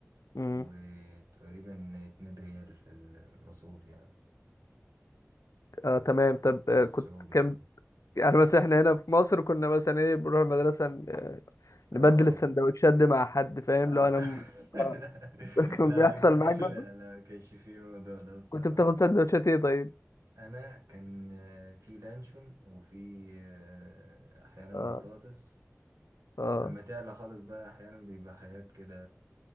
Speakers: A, on the left; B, on the right.
A: امم
B: وتقريبا اتنين ريال في المصروف يعني
A: آه تمام طب
B: السعودي
A: آه كنت كان
B: يعني
A: يعني مثلا احنا هنا في مصر كنا مثلا ايه بنروح المدرسة ن- آه، نبدل
B: اه
A: السندوتشات دي مع حد فاهم
B: اه
A: لو انا م...
B: <laughs>
A: آه. <laughs> كان
B: لا
A: بيحصل
B: ك-
A: معاك برضه
B: لا لا ما كانش فيه الموضوع ده بصراحة
A: كنت بتاخد سندوتشات ايه طيب؟
B: انا كان في لانشون وفي آه، احيانا
A: اه
B: بطاطس
A: اه,
B: ولما تعلى خالص بقى احيانا بيبقى حاجات كده